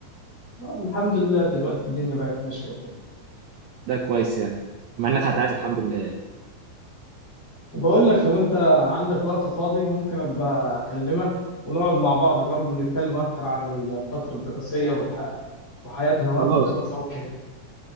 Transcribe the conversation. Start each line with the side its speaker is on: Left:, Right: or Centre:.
Left: آه، الحمد لله دلوقتي الدنيا بقت ماشيه وكده
Right: ده كويس يعني مع انك هتعيش الحمد لله يعني
Left: وبقول لك لو انت عندك وقت فاضي ممكن ابقى اكلمك ونقعد مع بعض برضه نتكلم اكتر عن الفتره الدراسيه والح... وحياتنا وقت
Right: خلاص
Left: الدراسه وكده